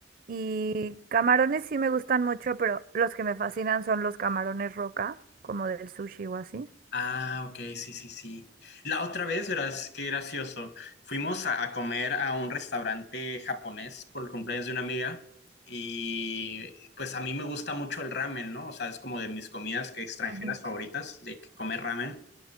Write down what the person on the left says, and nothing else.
Ah, ok, sí, sí, sí. La otra vez, verás, qué gracioso. Fuimos a, a comer a un restaurante japonés por el cumpleaños de una amiga y pues a mí me gusta mucho el ramen, ¿no? O sea, es como de mis comidas que extranjeras
favoritas, de que comer ramen.